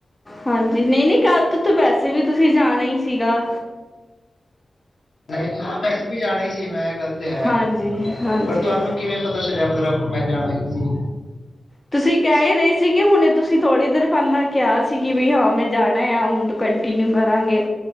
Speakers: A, on the left (about 20°); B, on the left (about 70°).
A: ਹਾਂਜੀ ਨਹੀਂ ਨਹੀਂ ਕੱਲ ਤੋਂ ਤਾਂ ਵੈਸੇ ਵੀ ਤੁਸੀਂ ਜਾਣਾ ਈ ਸੀਗਾ
B: ਨਹੀਂ ਹਾਂ ਵੈਸੇ ਵੀ ਜਾਣਾ ਹੀ ਸੀ ਮੈਂ ਇਹ ਗੱਲ ਤੇ ਹੈ
A: ਹਾਂਜੀ ਹਾਂਜੀ
B: ਪਰ ਤੁਹਾਨੂੰ ਕਿਵੇਂ ਪਤਾ ਚੱਲਿਆ ਮਤਲਬ ਮੈਂ ਜਾਣਾ ਈ ਸੀ
A: ਤੁਸੀਂ ਕਹਿ ਹੀ ਰਹੇ ਸੀਗੇ ਹੁਣੇ ਤੁਸੀਂ ਥੋੜ੍ਹੀ ਦੇਰ ਪਹਿਲਾਂ ਕਿਹਾ ਸੀ ਕਿ ਵੀ ਹਾਂ ਮੈਂ ਜਾਣਾ ਆ ਮੁੰ ਕੰਟੀਨਿਊ ਕਰਾਂਗੇ